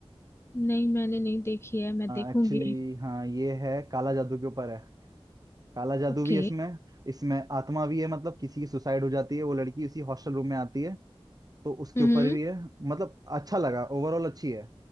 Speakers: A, on the left; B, on the right.
A: नहीं मैंने नहीं देखी है मैं देखूंगी
B: एक्चुअली हाँ ये है काला जादू के ऊपर है काला जादू
A: ओके
B: भी इसमें इसमें आत्मा भी है मतलब किसी की सुसाइड हो जाती है वो लड़की इसी हॉस्टल रूम में आती है तो उसके
A: हम्म
B: ऊपर भी है मतलब अच्छा लगा ओवरऑल अच्छी है